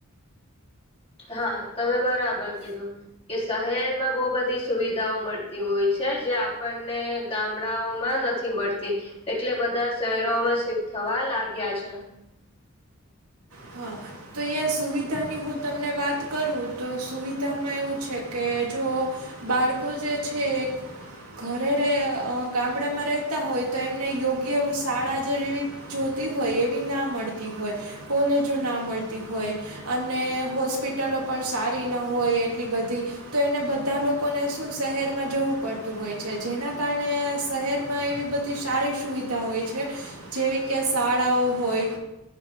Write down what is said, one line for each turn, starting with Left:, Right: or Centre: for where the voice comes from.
Left: હા તમે બરાબર કીધું કે શહેરમાં બો બધી સુવિધાઓ મળતી હોય છે, જે આપણને ગામડાઓમાં ન મળતી એટલે બધા શહેરોમાં શિફ્ટ થવા લાગ્યા છે.
Right: હ. તો અહીંયા સુવિધાની હું તમને વાત કરું તો સુવિધામાં એવું છે, કે જો બાળકો જે છે. ઘરે રે અ ગામડામાં રહેતા હોય તો એમને યોગ્ય શાળા જેવી જોતી હોય એવી ના મળતી હોય કોલેજો ના મળતી હોય અને હોસ્પિટલો પણ સારી ન હોય એટલી બધી તો એને બધા લોકોને શું શહેરમાં જવું પડતું હોય છે, જેના કારણે શહેરમાં એવી બ સારી સુવિધા હોય છે, જેવી કે શાળાઓ હોય